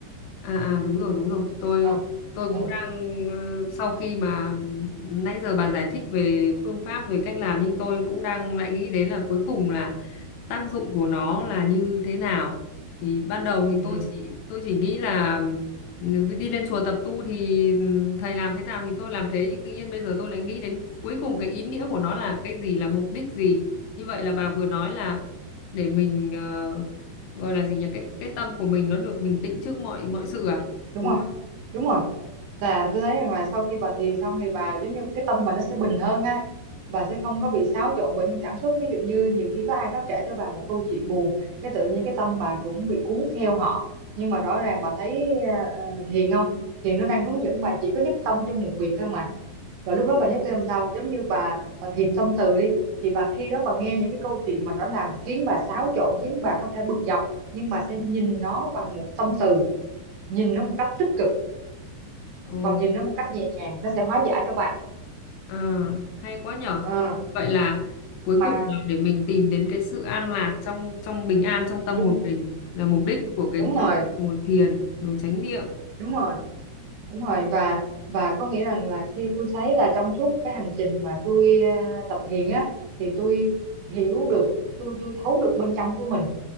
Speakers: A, on the left (about 75°); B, on the right (about 70°).
A: À, à đúng rồi đúng rồi tôi
B: ờ
A: tôi
B: ừ
A: cũng đang ờ, sau khi mà nãy giờ bà giải thích về phương pháp về cách làm nhưng tôi cũng đang lại nghĩ đến là cuối cùng là tác dụng của nó là như thế nào thì ban đầu thì
B: ừ
A: tôi chỉ tôi chỉ nghĩ là ừ, đi lên chùa tập tu thì ừ, thầy làm thế nào thì tôi làm thế nhưng tự nhiên bây giờ tôi lại nghĩ đến cuối cùng cái ý nghĩa của nó là cái gì là mục đích gì như vậy là bà vừa nói là để mình ờ, gọi là gì nhỉ cái cái tâm của mình nó được bình tĩnh trước mọi mọi sự à
B: đúng
A: đúng
B: rồi
A: không
B: đúng rồi là tôi thấy rằng là sau khi bà thiền xong thì bà giống như cái tâm bà nó sẽ bình hơn ha bà sẽ không có bị xáo trộn bởi những cảm xúc ví dụ như nhiều khi có ai có kể cho bà một câu chuyện buồn cái tự nhiên cái tâm bà cũng bị cuốn theo họ nhưng mà rõ ràng bà thấy ờ, ờ, thiền không thiền nó đang hướng dẫn bà chỉ có nhất tâm trong một việc thôi mà và lúc đó bà nhắc xem sao giống như bà bà thiền tâm từ đi thì bà khi đó bà nghe những cái câu chuyện mà nó làm khiến bà xáo trộn khiến bà có thể bực dọc nhưng bà sẽ nhìn nó bằng một tâm từ nhìn nó một cách tích cực
A: Ồ,
B: và nhìn nó một cách nhẹ nhàng nó sẽ hóa giải cho bạn
A: à hay quá nhở
B: Ờ,
A: vậy là cuối
B: mà
A: cùng là để mình tìm đến cái sự an lạc trong trong bình an trong tâm
B: đúng
A: hồn mình là mục đích của cái,
B: đúng
A: cái
B: rồi
A: ngồi thiền rồi chánh niệm
B: đúng rồi đúng rồi và và có nghĩa rằng là khi tôi thấy là trong suốt cái hành trình mà tôi ờ, tập thiền á thì tôi hiểu được tôi tôi thấu được bên trong của mình